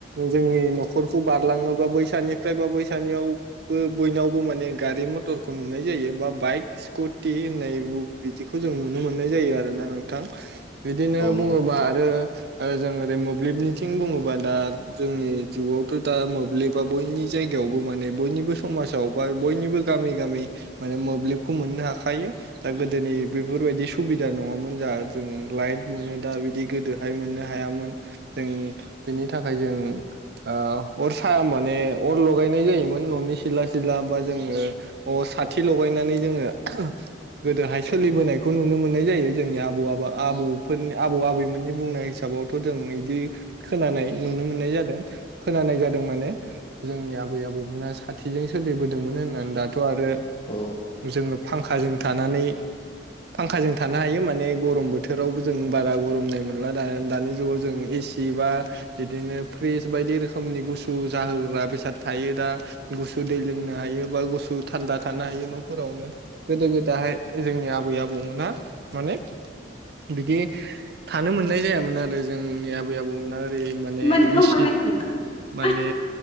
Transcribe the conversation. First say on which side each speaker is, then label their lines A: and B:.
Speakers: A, on the right (about 60°); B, on the left (about 30°).
A: जोंनि न'खर खौ बारलाङोबा बैसानिफ्राय बा बैसानियावबो बयनावबो माने गारि मथरखौ नुनाय जायो बा बाइक स्कुटि होननाय बिदिखौ जों नुनो मोननाय जायो आरोना नोंथां बिदिनो
B: औ
A: बुङोबा आरो आरो जों ओरै मोब्लिबनिथिं बुङोबा दा जोंनि जुगाव थ' दा मोब्लिबा बयनि जायगायावबो माने बयनिबो समाजाव बा बयनिबो गामि गामि माने मोब्लिबखौ मोननो हाखायो दा गोदोनि बेफोरबायदि सुबिदा नङामोन जा जों लाइफ मोनो दा बिदि गोदोहाय मोननो हायामोन जों बेनि थाखाय जों अर सा माने अर लगायनाय जायोमोन न'नि सिला सिला बा जोङो अर साथि लगायनानै जोङो गोदोहाय सोलिबोनायखौ नुनो मोननाय जायो जोंनि आबौ आब आबौ फोरनि आबौ आबैमोननि बुंनाय हिसाबावथ' जों बिदि खोनानाय नुनो मोननाय जादों। खोनानाय जादों माने जोंनि आबै आबौमोना साथिजों सोलिबोदोंमोन होननानै दाथ' आरो
B: औ
A: जोङो फांखाजों थानानै फांखाजों थानो हायो माने गरम बोथोरावबो जों बारा गरमनाय मोनला दानि जुगाव जों एसि बा बिदिनो फ्रिज बायदि रोखोम रोखोमनि गुसु जाहोग्रा बेसाद थायो दा गुसु दै लोंनो हायो बा गुसु थान्दा थानो हायो न'फोरावनो गोदो गोदाहाय जोंनि आबै आबौमोनहा माने बिदि थानो मोननाय जायामोन आरो जोंनि आबै आबौमोनहा ओरै
B: <unintelligible>
A: माने गिसिब माने